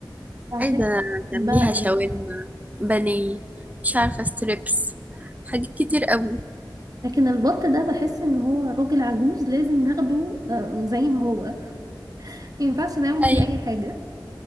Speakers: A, on the right (about 50°); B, on the right (about 20°).
A: فعشان
B: عايزة
A: كده بحبها
B: تعمليها
A: قوي
B: شاورما بانيه مش عارفة ستريبس حاجات كتير قوي
A: لكن البط ده بحس ان هو راجل عجوز لازم ناخده آه، زي ما هو مينفعش نعمل
B: أيوة
A: فيه أي حاجة